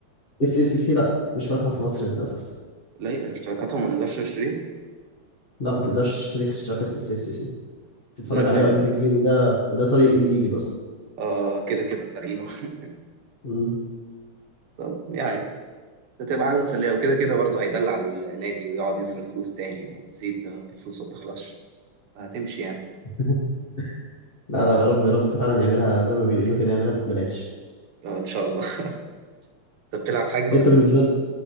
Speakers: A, on the left (about 25°); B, on the right (about 60°).
A: اس اس سي لا مش فاتحه في مصر للاسف
B: لا اشتراكاتهم ما نقدرش نشتريها
A: لا ما تقدرش تشترك اشتراكات اس اس سي تتفرج
B: بجد
A: عليها
B: انا
A: اي بي تي في وده وده طريق الليجل اصلا
B: اه كده كده سارقينه <laughs>
A: مم.
B: طب يعني هتبقى حاجة مسلية وكده كده برضه هيدلع النادي ويقعد يصرف فلوس تاني والزيت ب- بفلوسه ما بتخلصش هتمشي يعني
A: <laughs> لا لا يا رب يا رب فعلا يعملها زي ما بيقولوا كده يعملها ببلاش
B: اه ان شاء الله <laughs> انت بتلعب حاجة ولا
A: انت بالنسبه لي